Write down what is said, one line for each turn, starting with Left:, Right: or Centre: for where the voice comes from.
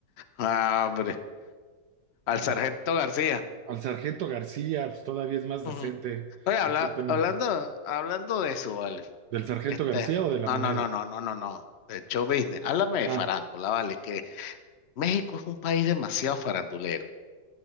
Left: Ah, hombre, al
Right: A-
Left: sargento García.
Right: al sargento García, pues todavía es más
Left: Ujú.
Right: decente,
Left: Oye, habla-
Right: exactamente.
Left: hablando, hablando de eso, vale.
Right: ¿Del sargento
Left: Este,
Right: García o de la
Left: no,
Right: moneda?
Left: no, no, no, no, no, no. De show business. Háblame de
Right: Ah,
Left: farándula, vale. Que México es un país demasiado farandulero.